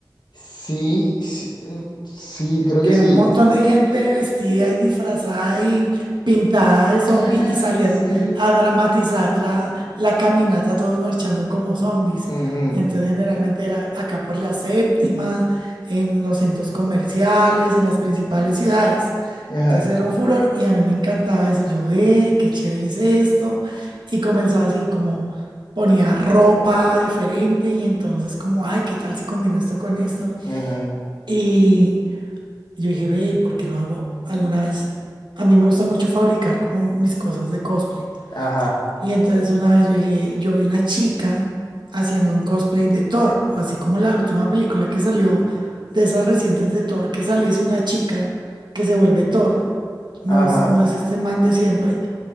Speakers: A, on the left; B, on the right.
A: Sí, sí, mm, sí, creo
B: que
A: que sí.
B: era un montón de gente vestida y disfrazada y pintada de zombie
A: Ah,
B: y salían
A: sí.
B: a dramatizar la, la caminata todos marchando como zombies.
A: Ujú.
B: Y Entonces generalmente era acá por la séptima, en los centros comerciales, en las principales ciudades.
A: Ajá,
B: Entonces era un furor y a mí me encantaba eso. Yo, ve, qué chévere es esto. Y comenzaba así, como ponía ropa diferente y entonces como, ay, ¿qué tal si combino esto con esto?
A: ajá,
B: Y yo dije, ve, ¿y ¿por qué no hago alguna vez? A mí me gusta mucho fabricar como mis cosas de cosplay.
A: ajá,
B: Y entonces una vez yo dije, yo vi una chica haciendo un cosplay de Thor, así como la última película que salió de esas recientes de Thor, que sale es una chica que se vuelve Thor, no
A: ajá.
B: es, no es este man de siempre